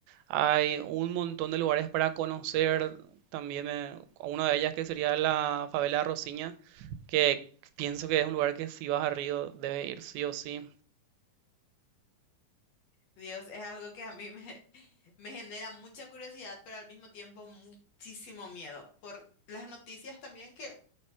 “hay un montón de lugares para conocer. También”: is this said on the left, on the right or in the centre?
Right